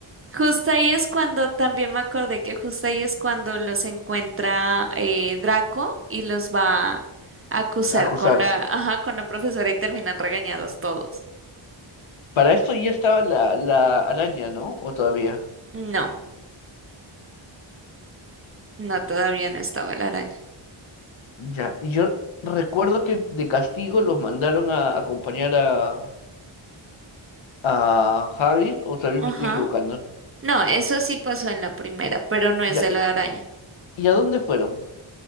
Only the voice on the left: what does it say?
acusar.
Para esto ya estaba la, la araña, ¿no? ¿O todavía?
Ya, yo recuerdo que de castigo los mandaron a acompañar a, a Hagrid, o también
me estoy equivocando.
Ya,
¿y,
y a dónde fueron?